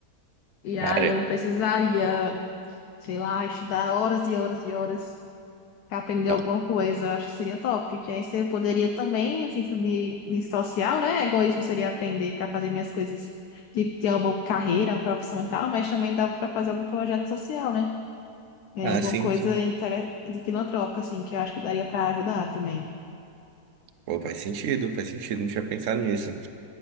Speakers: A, on the left; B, on the right.
A: E
B: Cara,
A: aí eu não precisaria, sei lá, estudar horas e horas e horas pra aprender
B: não.
A: alguma coisa. Acho que seria top. Que aí você poderia também, assim, subir de social, né? Egoísmo seria aprender para fazer minhas coisas, de ter uma boa carreira, uma profissão e tal, mas também dava para fazer algum projeto social, né? É,
B: Ah,
A: alguma
B: sim,
A: coisa
B: sim.
A: intere- de filantrópica, assim, que eu acho que daria para ajudar também.
B: Pô, faz sentido, faz sentido. Não tinha pensado nisso.